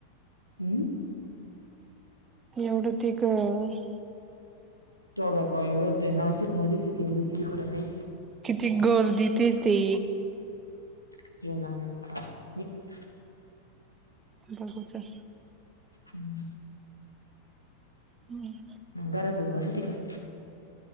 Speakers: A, on the left; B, on the right.
A: हम्म.
B: एवढंच एक अह
A: तेला काय होतय नाशिक मध्येच येते मी दुसरीकडे नाही
B: किती गर्दी तिथे.
A: <unintelligible>
B: बघू चल
A: हम्म.
B: हम्म.
A: घरातच बसती का?